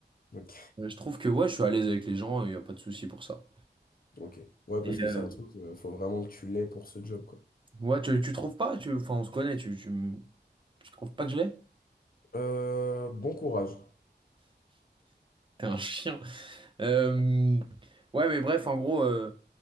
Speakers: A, on the left; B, on the right.
A: ok,
B: Euh, Je trouve que ouais, je suis à l'aise avec les gens, il n'y a pas de souci pour ça.
A: ok. Ouais, parce
B: Et
A: que
B: euh,
A: c'est un truc, euh, faut vraiment que tu l'aies pour ce job, quoi.
B: ouais, tu, tu trouves pas? Tu... Enfin, on se connaît, tu, tu, tu trouves pas que je l'ai?
A: Euh, bon courage.
B: T'es un <laughs> chien. Euh, ouais, mais bref, en gros, euh,